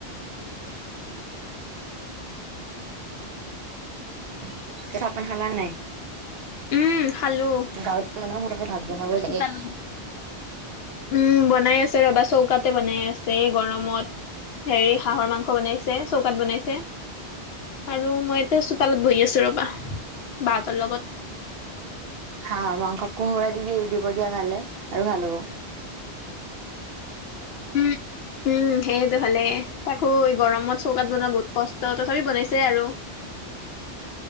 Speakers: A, on the right; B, on the left.
A: <unintelligible> <unintelligible> হালা নাই
B: উম খালো
A: গাঁৱততো এনেও সোনকালে ভাত বনাব যায়েই
B: <unintelligible> উম বনাই আছে ৰবা চৌকাতে বনাই আছে গৰমত। হেৰি হাঁহৰ মাংস বনাইছে চৌকাত বনাইছে। আৰু মই এতিয়া চোতালত বহি আছো ৰবা বাহঁতৰ লগত।
A: হাঁ মাংস কোমোৰা দি দি দিব দিয়া ভালে আৰু ভাল হ'ব।
B: উম। উম সেইটো ভালে তাকো গৰমত চৌকাত বনোৱা বহুত কষ্ট তথাপি বনাইছে আৰু।